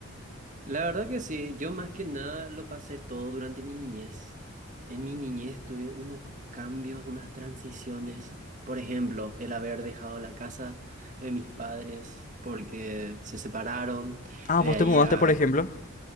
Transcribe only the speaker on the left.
Ah,
vos
te mudaste,
por ejemplo.